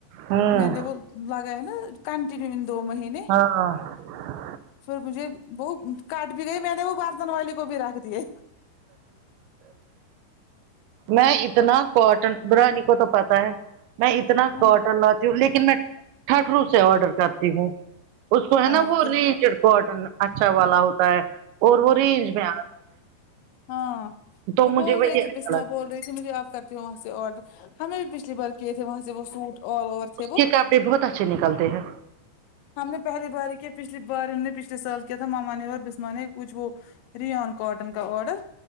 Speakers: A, on the right (about 80°); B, on the left (about 85°).
A: ہوں
B: میں نے وہ لگا نا کنٹنیو دو مہینے
A: ہاں
B: پھر مجھے وہ کاٹ بھی گئی میں نے وہ برتن والی کو بھی رکھ دیے
A: میں اتنا کاٹن برانی کو تو پتا ہے میں اتنا
B: ہاں
A: کاٹر لاتی ہوں لیکن میں ٹھٹرو سے آڈر کرتی ہوں اس کو ہے نا
B: اور
A: وہ
B: کیا
A: رینج کاٹن اچھا والا ہوتا ہے اور وہ رینج میں آ
B: ہاں وہ
A: مجھے
B: بول
A: وہی
B: رہی تھی
A: اچھا
B: بسما
A: لگتا
B: بول رہی تھی مجھے آپ کر تھے وہاں سے آڈر ہمیں بھی پچھلی بار کیے تھے وہاں سے وہ سوٹ آل اوور تھے
A: اس
B: وہ
A: کے کب بھی بہت اچھے نکلتے ہیں
B: ہم نے پہلی بار یہ کیا پچھلی بار ہم نے پچھلے سال کیا تھا ماما نے اور بسمان نے کچھ وہ ریان کاٹن کا آڈر